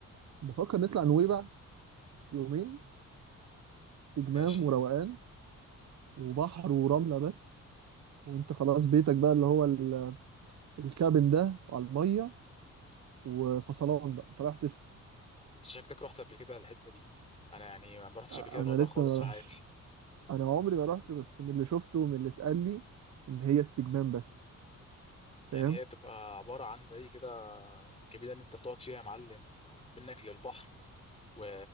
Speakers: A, on the right (about 60°); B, on the left (about 20°).
A: بفكر نطلع نويبع يومين استجمام
B: ماشي
A: وروقان وبحر ورملة بس وانت خلاص بيتك بقى اللي هو ال- الكابن ده وعلى المية وفصلان بقى انت رايح تفصل
B: انت شكلك رحت قبل كده الحتة دي انا يعني ما رحتش
A: انا
B: قبل كده نويبع
A: لسه
B: خالص
A: ما
B: في
A: رحش
B: حياتي
A: انا عمري ما رحت بس من اللي شفته ومن اللي اتقال لي ان هي استجمام بس
B: يعني
A: فاهم
B: هي تبقى عبارة عن زي كده الكبيرة اللي انت بتقعد فيها يا معلم وبينك للبحر و...